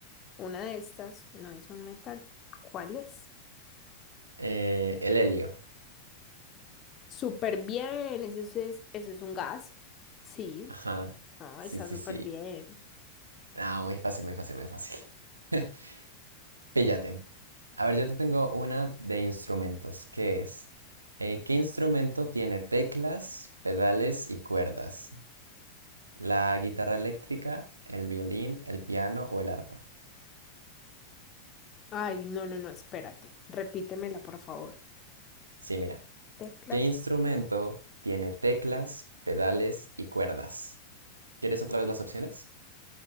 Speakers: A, on the left; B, on the right.
A: Una de estas no es un metal. ¿Cuál es?
B: Eh, el helio.
A: Súper bien, eso es, eso es un gas. Sí,
B: Ajá.
A: no,
B: Sí,
A: está
B: sí,
A: súper
B: sí.
A: bien.
B: Ah, muy fácil, muy fácil, muy fácil. <laughs> Píllate. A ver, yo te tengo una de instrumentos. ¿Qué es? Eh, ¿qué instrumento tiene teclas, pedales y cuerdas? ¿La guitarra eléctrica, el violín, el piano o el arpa?
A: Ay, no, no, no, espérate. Repítemela, por favor.
B: Sí, mira.
A: Teclas.
B: ¿Qué instrumento tiene teclas, pedales y cuerdas? ¿Quieres otra vez las opciones?